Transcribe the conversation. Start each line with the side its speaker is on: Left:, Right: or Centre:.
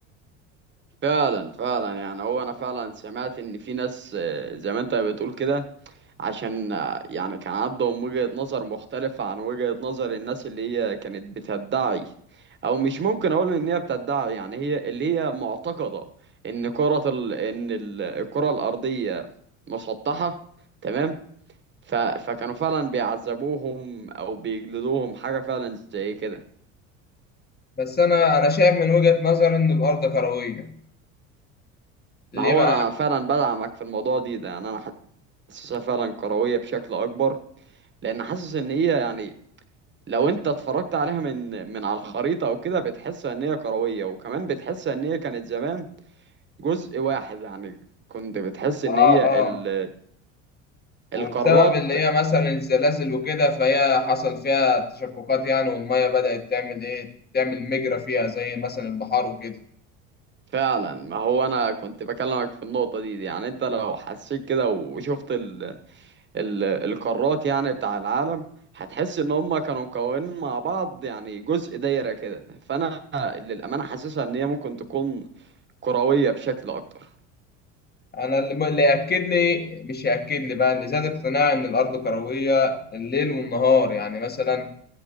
Right: فعلا فعلا يعني هو انا فعلا سمعت ان في ناس آه، زي ما انت بتقول كده عشان آه، يعني كان عندهم وجهة نظر مختلفة عن وجهة نظر الناس اللي هي كانت بتدعي او مش ممكن اقول ان هي بتدعي يعني هي اللي هي معتقدة ان كرة ال... ان ال- الكرة الارضية مسطحة تمام ف... فكانوا فعلا بيعذبوهم او بيجلدوهم حاجة فعلا زي كده
Left: بس أنا أنا شايف من وجهة نظري إن الأرض كروية ليه
Right: ما هو
Left: بقى؟
Right: انا فعلا بدعمك في الموضوع دي ده يعني انا حاسسها فعلا كروية بشكل اكبر لان حاسس ان هي يعني لو انت اتفرجت عليها من من على الخريطه او كده بتحس ان هي كرويه وكمان بتحس ان هي كانت زمان جزء واحد يعني كنت بتحس ان
Left: آه
Right: هي
Left: آه
Right: ال...
Left: وبسبب
Right: القارات
Left: اللي هي مثلا الزلازل وكده فهي حصل فيها تشققات يعني والمية بدأت تعمل إيه؟ تعمل مجرى فيها زي مثلا البحار وكده
Right: فعلا ما هو انا كنت بكلمك في النقطه دي, دي يعني انت لو حسيت كده وشفت ال... ال... القارات يعني بتاع العالم هتحس ان هم كانوا مكونين مع بعض يعني جزء دايره كده فانا للامانه حاسسها ان هي ممكن تكون كرويه بشكل اكتر
Left: انا اللي اللي ياكد لي مش ياكد لي بقى اللي زاد اقتناعي ان الارض كرويه الليل والنهار يعني مثلا